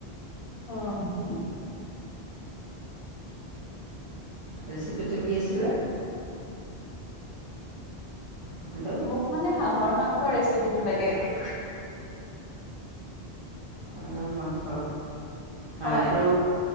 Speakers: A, on the left (about 65°); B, on the right (about 50°).
A: অ',
B: ৰেচিপিটো কি আছিলে? হেল্ল',
A: মোক মানে হাঁহৰ মাংস ৰেচিপিটো লাগে।
B: অ, হাহৰ মাংস। হাঁহটো
A: হয়